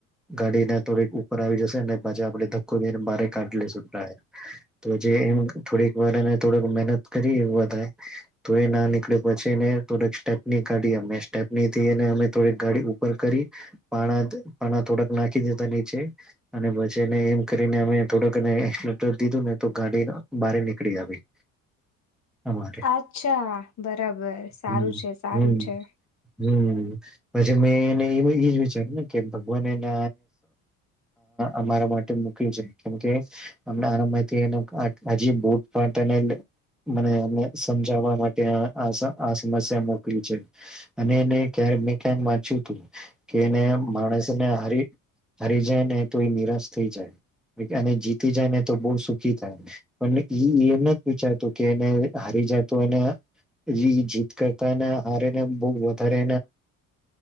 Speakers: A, in the centre; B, on the left (about 40°).
A: ગાડીને થોડીક ઉપર આવી જશે પછી આપ ધક્કોને બહાર કાઢી લેશું તો જે થોડીક વાર એ થોડક મહેનત કરી એવ થાય તો એ ના નીકળે પછીને થોડક સ્ટેપની કાઢી અમે સ્ટેપની થને અમે થોડીક ગાડી ઉપર કરી પા પાણા થોડાક નાખી દીધ નીચે અને પછીને એમ કરીને અમે થોડક એકશીલીટર તો ગાડી બારે નીકળ આવી અમારે
B: અચ્છા બરાબર સારું
A: હમ
B: છે સારું
A: હમ
B: છે
A: હમ પછી મેં એને એ એજ વિચાર્યું ને કે ભગવાન એને અમારા માટે મુક્યું છે કેમકે આનામાંથી હજી બુંટ માટેને મને એને સમજાવવા માટે આ સમસ્યા મોકલી છે અને એને ક્યારે મેં ક્યા વાંચ્યું તું કે એને માણસને હ હારી જાય ને તો એ નિરાશ થઈ જાય અને જીતી જાય ને તો બહુ સુખી થાય પણ એમ નથી વિચારતું કે એને હારી જતું અને એ જીત કરતાને હારે ને બહુ વધારે